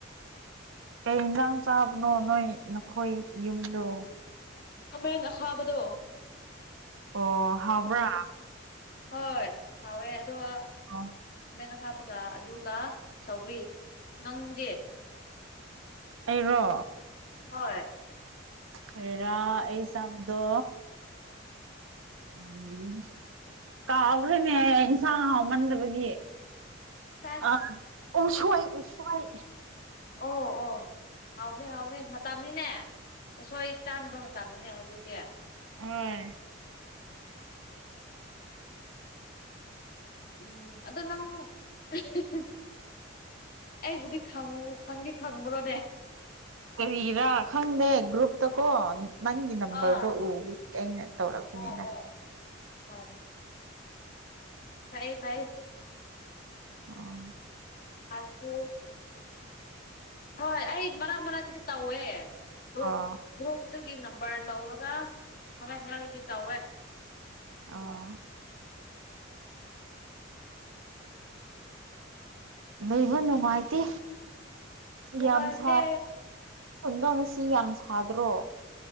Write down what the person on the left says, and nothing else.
ꯈꯥꯃꯦꯟ ꯑꯈꯥꯕꯗꯣ
<unintelligible> ꯍꯣꯏ ꯐꯥꯎꯋꯦ ꯑꯗꯨꯒ
ꯑ ꯀꯥꯕꯒ ꯑꯗꯨꯒ ꯁꯧꯒ꯭ꯔꯤ ꯅꯪꯗꯤ
ꯍꯣꯏ
ꯆꯥꯁ
ꯑꯣ ꯑꯣ ꯍꯥꯎꯕꯅꯦ ꯍꯥꯎꯕꯅꯦ ꯃꯇꯝꯅꯤꯅꯦ ꯎꯁꯣꯏ ꯆꯥꯅꯕ ꯃꯇꯝꯅꯤꯅꯦ ꯍꯧꯖꯤꯛꯇꯤ
ꯎꯝ ꯑꯗꯣ ꯅꯪ <unintelligible> ꯑꯩꯕꯨꯗꯤ ꯈꯪ ꯈꯪꯗꯤ ꯈꯪꯕ꯭ꯔꯣꯅꯦ
ꯑꯥ
ꯑꯣ ꯑꯣ <unintelligible> ꯐꯩꯌꯦ ꯐꯩꯩ
ꯑꯗꯨ ꯍꯣꯏ ꯑꯩ ꯃꯔꯛ ꯃꯔꯛꯇꯗꯤ ꯇꯧꯋꯦ ꯒ꯭ꯔꯨꯞ
ꯒ꯭ꯔꯨꯞꯇꯨꯒꯤ ꯅꯝꯕꯔ ꯂꯧꯔꯒ ꯈꯔ ꯈꯔꯗꯤ ꯇꯧꯋꯦ
ꯅꯨꯡꯉꯥꯏꯇꯦ